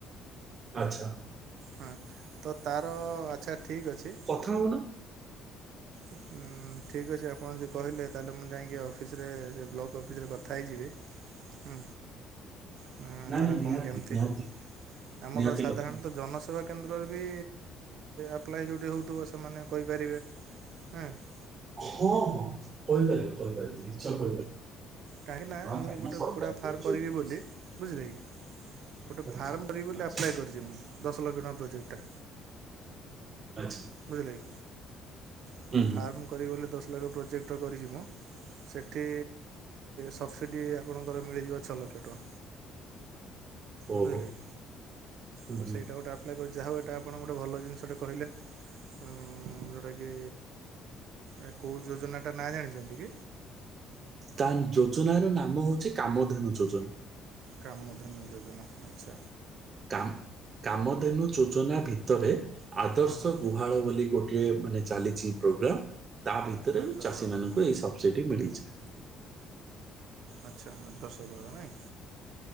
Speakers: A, on the right (about 35°); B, on the right (about 60°).
A: ଆଛା
B: ହଁ ତ ତାର ଆଛା ଠିକ୍ ଅଛି
A: ଥୋଉନ
B: ଉଁ ଠିକ୍ ଅଛି ଆପଣ ଯଦି କହିଲେ ତାହେଲେ ମୁଁ ଯାଇକି ଅଫିସରେ ସେ ବ୍ଲକ୍ ଅଫିସରେ କଥା ହେଇଯିବି। ହୁଁ ହୁଁ
A: ନାଇଁ
B: ତାହେଲେ ଆଉ
A: ନାଇଁ
B: କଣ
A: ନିହାତି
B: କେମିତି
A: ନିହାତି
B: ଆମର
A: ନିହାତି
B: ସାଧାରଣତଃ
A: କଥା ହବ।
B: ଜନସେବା କେନ୍ଦ୍ରରେ ବି ଆପ୍ଲାଏ ଯେଉଁଠି ହୋଉଥିବ ସେମାନେ କହିପାରିବେ କାହାକୁ
A: ହ ହଁ କହିପାରିବି କହିପାରିବି ନିଶ୍ଚୟ କହିପାରିବି
B: କାହିଁକି ନାଁ
A: ହଁ
B: ମୁଁ
A: କାହିଁକି
B: ଗୋଟେ
A: ନା ସରକାରଙ୍କର
B: କକୁଡ଼ା ଫାର୍ମ
A: ଯୋଉ
B: କରିବି
A: ବି
B: ବୋଲି
A: ଅଛି।
B: ବୁଝିଲେ କି ଗୋଟେ
A: ଆଚ୍ଛା
B: ଫାର୍ମ କରିବି ବୋଲି
A: ଆଚ୍ଛା
B: ଆପ୍ଲାଏ କରିଚି ମୁଁ ଦଶ ଲକ୍ଷ ଟଙ୍କା ପ୍ରୋଜେକ୍ଟ ଟା
A: ଆଚ୍ଛା
B: ବୁଝିଲେକି ଗୋଟେ
A: ହୁଁ ହୁଁ,
B: ଫାର୍ମ କରିବି ବୋଲି ଦଶ ଲକ୍ଷ ପ୍ରୋଜେକ୍ଟଟା କରିଛି ମୁଁ ସେଠି ସବସିଡି ଆପଣଙ୍କର ମିଳିଯିବ ଛ ଲ କ୍ଷ ଟଙ୍କା
A: ଓହୋ
B: ବୁଝିଲ କି
A: ହୁଁ,
B: ତ
A: ହୁଁ।
B: ସେଇଟା ଗୋଟେ ଆ ପ୍ଲାଏ କରି ଯାହା ହଉ ଏଇଟା ଆପଣ ଗୋଟେ ଭଲ ଜିନିଷଟେ କହିଲେ ଉଁ ଯୋଉଟାକି ଏ କୋଉ ଯୋଜନା ଟା ନାଁ ଜାଣିଛନ୍ତି କି?
A: ତା ଯୋଜନାର ନାମ ହଉଛି କାମଧେନୁ ଯୋଜନା।
B: କାମଧେନୁ ଯୋଜନା ଆଛା।
A: କ - କାମଧେନୁ ଯୋଜନା ଭିତରେ ଆଦର୍ଶ
B: ହଁ ହଁ
A: ଗୁ ଭାଳ ବୋଲି ଗୋଟିଏ ମାନେ ଚାଲିଛି ପ୍ରୋଗ୍ରାମ ତା ଭିତରେ
B: ଆଦର୍ଶ
A: ବି ଚାଷୀ
B: ଘର
A: ମାନଙ୍କୁ ଏଇ ସବସିଟି ମିଳିଛି।
B: ଆଚ୍ଛା ଆଦର୍ଶ ବାଳା ନାହିଁ।